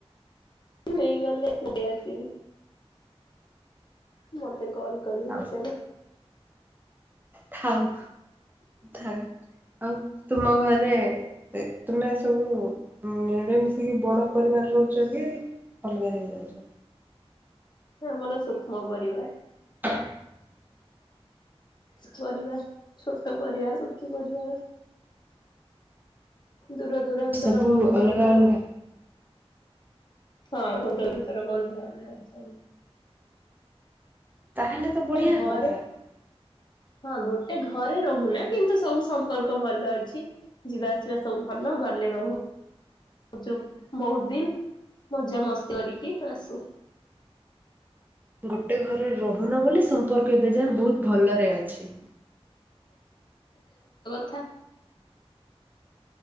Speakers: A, on the left; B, on the right.
A: ଏଇ ଗଲି ଏଇ ଆସିଲି। ମତ ମତେ କଲ୍ କରିବ
B: ଥାଉ
A: କେତେବେଳେ?
B: ଥାଉ ଥାଉ ଆଉ ତୁମ ଘରେ ତ ତୁମେ ସବୁ ଉୁଁ ମିଳି ମିଶିକି ବଡ ପରିବାର ରହୁଛ କି ଅଲଗା ହେଇଯାଉଛ?
A: ଆମର ସୂକ୍ଷ୍ମ ପରିବାର ।
B: <inaudible>
A: ଛୋଟ ପରିବାର ଛୋଟ ପରିବାର ସୁଖୀ ପରିବାର। ଦୂର ଦୂରାନ୍ତର
B: ସବୁ
A: ବନ୍ଧୁବାନ୍ଧବ।
B: ଅଲଗା ଅଲଗା
A: ହଁ <inaudible> ତାର ବନ୍ଧା ଥାଏ ।
B: ତାହେଲେ ତ ବଢ଼ିଆ
A: ଘରେ
B: କଥା ।
A: ହଁ ଗୋଟେ ଘରେ ରହୁନା କିନ୍ତୁ ସବୁ ସମ୍ପର୍କ ଭଲ ଅଛି, ଯିବା ଆସିବା ସବୁ ଭଲ ଗଲେ ରହୁ ଯ ବହୁତ ଦିନ ମଜା ମସ୍ତି କରିକି ଆସୁ।
B: ଗୋଟେ ଘର ରହୁନା ବୋଲି ସମ୍ପର୍କ ଏବେ ଯାଏଁ ବହୁତ ଭଲରେ ଅଛି ।
A: ଆଚ୍ଛା।